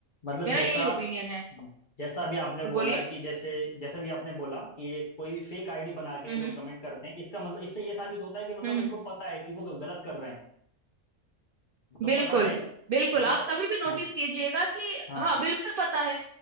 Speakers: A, on the left; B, on the right.
A: मतलब
B: मेरा
A: जैसा
B: यही ओपिनियन
A: हम्म,
B: है
A: जैसा अभी आपने
B: बिल्कुल
A: बोला
B: बोलिए
A: कि जैसे जैसा भी आपने बोला कि ये कोई फेक आईडी बना के
B: हम्म
A: लोग
B: हम्म
A: कमेंट करते हैं इसका मतलब इससे ये साबित होता है कि मतलब
B: हम्म,
A: उनको
B: हम्म।
A: पता है कि वो गलत कर रहे हैं उनको
B: बिल्कुल
A: पता है
B: बिल्कुल
A: उनको
B: आप
A: प...
B: कभी भी नोटिस
A: हाँ
B: कीजिएगा कि
A: हाँ
B: हाँ बिल्कुल पता है